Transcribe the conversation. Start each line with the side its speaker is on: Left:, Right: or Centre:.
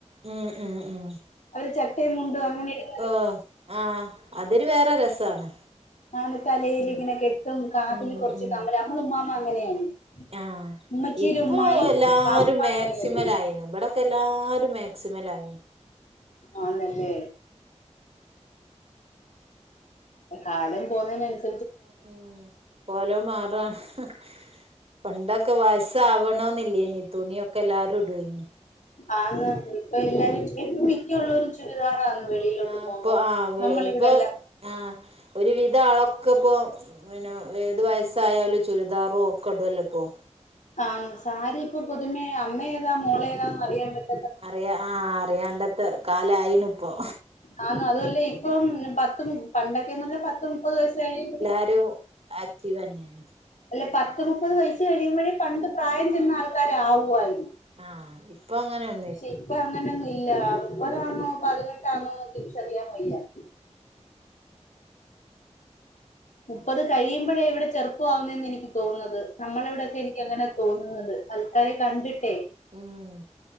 Right: ഊം ഉം ഉം.
Left: അവര് ചട്ടേയ് മുണ്ടും അങ്ങനൊക്കെ
Right: ഓ ആഹ് അതൊരു വേറെ രസാണ്.
Left: ആന്ന് തലേലിങ്ങനെ
Right: ഉം
Left: കെട്ടും കാതില്
Right: ഉം
Left: കൊർച്ച്
Right: ഉം
Left: കമ്മലും അമ്മളുമ്മാമ അങ്ങനെയാണ്.
Right: ആഹ്
Left: ഉമ്മച്ചീടെ
Right: ഇപ്പോ
Left: ഉമ്മായും
Right: എല്ലാരും
Left: ബാപ്പുമ്മായും
Right: മേക്സിമലായിന്
Left: അങ്ങനെയായിരുന്നു
Right: വട ക്കെല്ലാരും മേക്സിമലായി.
Left: ആന്നല്ലേ. എ കാലം പോന്നേനൻസ്
Right: ഊം കോലൊം മാറ ഹ് പണ്ടൊക്ക വയസ്സാവണൊന്നില്ലേയ്നി തുണിയൊക്കെല്ലാരുടെയ്‌നി
Left: ആന്ന് ഇപ്പൊ എല്ലാരും ചെ മിക്ക ഉള്ളോരും ചുരിദാറാന്ന് വെളിയിലോട്ട്
Right: ആഹ്
Left: പോകുമ്പോ
Right: പ്പൊ ആഹ്
Left: നമ്മളിവിടെല്ല
Right: പ്പൊ ആഹ് ഒരുവിധാളൊക്ക പ്പൊ പിന ഏത് വയസ്സായാലു ചുരിദാറു ഒക്ക ടുഅല്ലോ പ്പോ.
Left: ആന്ന് സാരിപ്പൊ പുതുമെ
Right: ഉം
Left: അമ്മേതാ മോളേതാ ന്നറിയാമ്പറ്റ്
Right: അറിയ ആഹ് അറിയാണ്ടത്ത കാലായിണ്പ്പൊ.
Left: ആന്ന് അതുഅല്ലെ ഇപ്പം ഞ പത്തുമു പണ്ടൊക്കെന്നർഞ്ഞാ പത്ത്മുപ്പത് വയസ് കഴിയു
Right: അരോ ആക്റ്റീവെന്നാണ്
Left: അല്ല പത്ത് മുപ്പത് വയിസ് കഴിയുമ്പഴേ പണ്ട് പ്രായംചെന്ന ആൾക്കാരാവുവായിരുന്നു.
Right: ആഹ് ഇപ്പൊ അങ്ങനെയ
Left: ഷെ ഇപ്പ അങ്ങനൊന്നുല്ല മുപ്പതാന്നോ പതിനെട്ടാന്നോന്ന് തിരിച്ചറിയാം വയ്യാ മുപ്പത് കഴിയുമ്പഴേ ഇവിടെ ചെറുപ്പ ആവുന്നെന്നെനിക്ക് തോന്നുന്നത്. നമ്മളെവിടൊക്കെ എനിക്കങ്ങനാ തോന്നുന്നത്. അൽക്കാരെ കണ്ടിട്ടേ
Right: ഉം